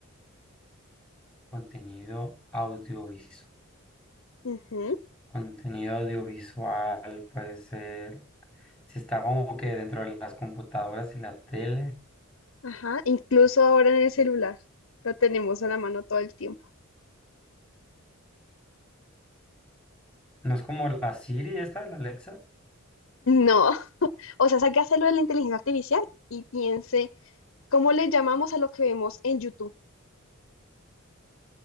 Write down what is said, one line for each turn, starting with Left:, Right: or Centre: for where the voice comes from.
Centre: Contenido audiovisual.
Left: Ujú,
Centre: Contenido audiovisual puede ser, si está como que dentro de las computadoras y la tele,
Left: Ajá, incluso ahora en el celular lo tenemos a la mano todo el tiempo.
Centre: no es como la Siri esta de la Alexa,
Left: No. O sea, saque a hacerlo de la inteligencia artificial y piense, ¿cómo le llamamos a lo que vemos en YouTube?